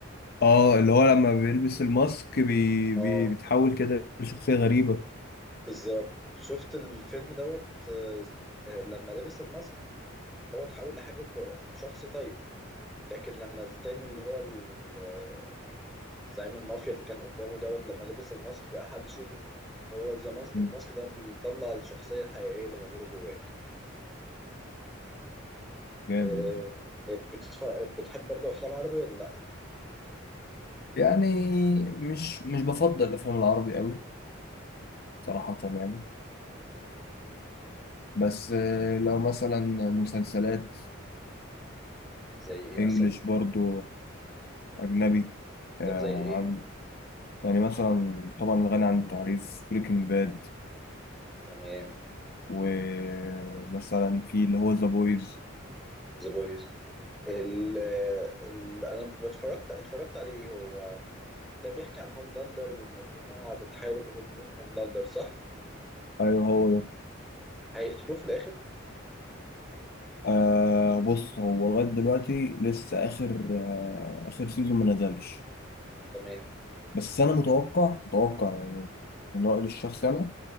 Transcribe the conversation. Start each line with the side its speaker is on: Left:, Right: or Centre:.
Left: اه اللي هو لما بيلبس الماسك بي... بي...
Centre: اه
Left: بيتحول كده لشخصية غريبة
Centre: بالظبط شفت الفيلم دوت آه، آه، لما لبس الماسك هو اتحول لحاجة كو... شخص طيب لكن لما التاني اللي هو ال- آه، زعيم المافيا اللي كان قدامه دوت لما لبس الماسك بقى حد شرير هو الزماس-
Left: مم.
Centre: الماسك ده بيطلع الشخصية الحقيقية اللي موجودة جواك
Left: جامد
Centre: آه، بتتفرج بتحب برضه أفلام عربي ولا لأ؟
Left: يعني مش مش بفضل الافلام العربي قوي صراحة يعني
Centre: تمام
Left: بس آه، لو مثلا مسلسلات
Centre: زي إيه مثلا؟
Left: انجليش برضو اجنبي آه،
Centre: طب زي إيه؟
Left: عن- يعني مثلا طبعا غني عن التعريف بريكنج باد
Centre: تمام
Left: ومثلا في اللي هو ذا بويز
Centre: ذا بويز ال... آه، ال... أنا اتفرجت اتفرجت عليه هو ده بيحكي عن هوملاندر ومجموعة بتحارب هوم- هوملاندر صح؟
Left: ايوه هو ده.
Centre: هيقتلوه في الآخر؟
Left: آه بص هو لغاية دلوقتي لسه آخر آه آخر سيزون ما نزلش
Centre: تمام
Left: بس أنا متوقع متوقع يعني من رأيي الشخصي أنا